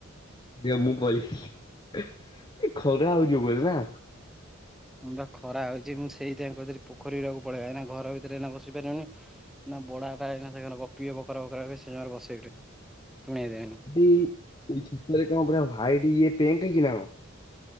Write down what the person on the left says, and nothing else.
ଦେ ମୁଁ <unintelligible> ଏ ଖରା ହଉଯିବ ବୋଲି ନା।
ଏଇ ଛତରେ କଣ ପୁରା ୱିଟେ ଇଏ ପେଣ୍ଟ ହେଇଛି ନା କ